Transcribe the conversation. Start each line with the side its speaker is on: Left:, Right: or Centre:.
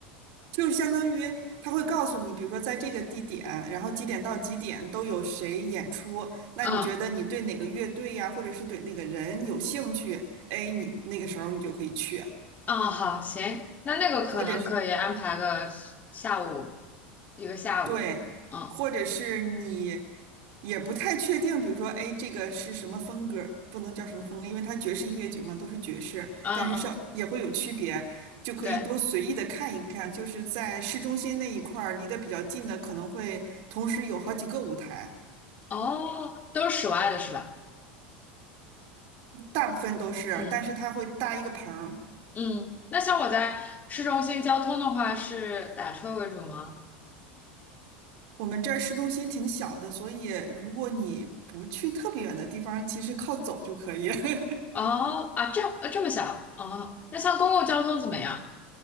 Right: 就是相当于他会告诉你，比如说在这个地点，然后几点到几点都有谁演出。那你觉得你对哪个乐队呀，
Left: 嗯，
Right: 或者是对哪个人有兴趣？哎，你那个时候你就可以去，
Left: 嗯，好，行，那那个可能可以安排个下午，
Right: 或者是。
Left: 一个下午，
Right: 对，
Left: 嗯
Right: 或者是你也不太确定，比如说，哎，这个是什么风格，不能叫什么风格，因为它爵士音乐节嘛，都是爵士，
Left: 嗯嗯，
Right: 但是稍也会有区别，就可以都随意的看一看。
Left: 对，
Right: 就是在市中心那一块儿，离得比较近的，可能会同时有好几个舞台，
Left: 哦，都是室外的是吧？
Right: 大部分都是，
Left: 嗯
Right: 但是它会搭一个棚儿。
Left: 嗯，那像我在市中心交通的话，是打车为主吗？
Right: 我们这儿市中心挺小的，所以如果你不去特别远的地方，其实靠走就可以。<laughs>
Left: 哦啊，这样呃这么小哦，那像公共交通怎么样？